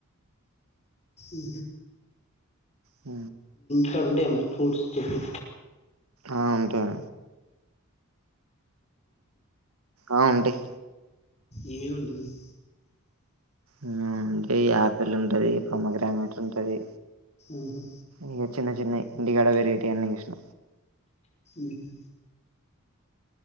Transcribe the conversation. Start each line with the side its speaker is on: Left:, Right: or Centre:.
Left: ఉ
Right: హ
Left: ఇక్కడ ఉంటయా మరి ఫ్రూట్స్ చెప్పు
Right: ఆ ఉంటయి ఆ ఉంటయి
Left: ఏవేవి ఉంటయి ఏంటి
Right: ఉ అంటే ఆపిల్ ఉంటది పొమగ్రనేట్ ఉంటది
Left: ఉహు
Right: ఇగ చిన్న చిన్న ఇంటికాడ వెరైటీ అన్ని చూసిన
Left: ఉహు